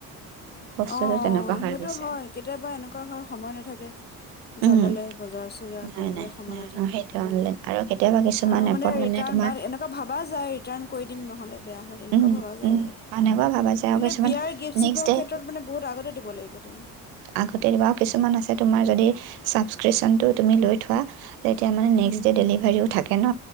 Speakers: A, on the right; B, on the left.
A: বস্তুটো
B: অ অ
A: তেনেকুৱা হৈ
B: সেইটো
A: গৈছে
B: হয় কেতিয়াবা এনেকুৱা হয় সময় নাথাকে।
A: উম
B: যাবলে বজাৰ চজাৰ
A: নাই
B: কৰিবলৈ
A: নাই
B: সময়
A: নাই
B: নাথাকে
A: অ সেইটো
B: উম
A: অনলাইন আৰু কেতিয়াবা কিছুমান
B: আৰু
A: এপত
B: মানে ৰিটাৰ্ণ
A: তোমাৰ
B: এনেকুৱা ভবা যায় ৰিটাৰ্ণ কৰি দিম নহলে বেয়া হলে এনেকুৱা
A: উম
B: ভবা যায়
A: উম
B: বাৰু
A: এনেকুৱা ভাবা যায়
B: কিন্তু
A: আৰু কিছুমান
B: বিয়াৰ গিফ্ট
A: নেক্সট
B: চিফ্টৰ
A: ডে
B: ক্ষ্ৰত মানে বহুত আগতে দিব লাগিব তুমি।
A: আগতে বাৰু কিছুমান আছে তোমাৰ যদি চাবস্ক্ৰিপচনটো তুমি লৈ থোৱা তেতিয়া মানে
B: উম
A: নেক্স ড' ডেলিভাৰীও থাকে। ন?